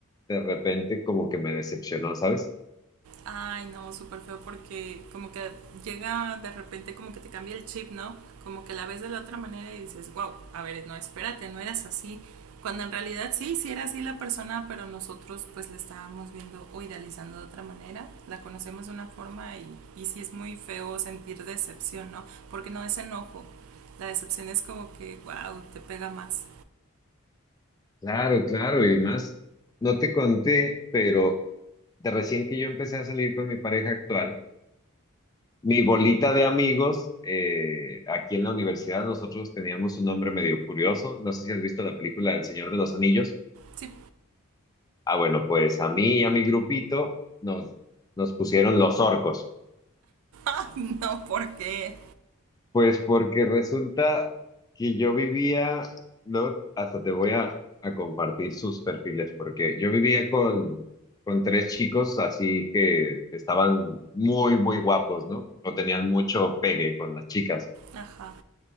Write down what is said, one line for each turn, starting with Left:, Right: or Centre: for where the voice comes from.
Left: de repente como que me decepcionó, ¿sabes?
Right: Ay, no, súper feo porque como que llega de repente como que te cambia el chip, ¿no? Como que la ves de la otra manera y dices, wow, a ver, no, espérate, no eras así. Cuando en realidad sí, sí era así la persona, pero nosotros pues la estábamos viendo o idealizando de otra manera, la conocemos de una forma y, y sí es muy feo sentir decepción, ¿no? Porque no es enojo, la decepción es como que, wow, te pega más.
Left: Claro, claro, y más, no te conté, pero de recién que yo empecé a salir con mi pareja actual, Mi bolita de amigos, eh, aquí en la universidad nosotros teníamos un nombre medio curioso. No sé si has visto la película El Señor de los Anillos.
Right: Sí,
Left: Ah, bueno, pues a mí y a mi grupito nos, nos pusieron los orcos.
Right: <laughs> No, ¿por qué?
Left: Pues porque resulta que yo vivía, no, hasta te voy a, a compartir sus perfiles, porque yo vivía con, con tres chicos así que estaban muy, muy guapos, ¿no? O tenían mucho pegue con las chicas.
Right: Ajá.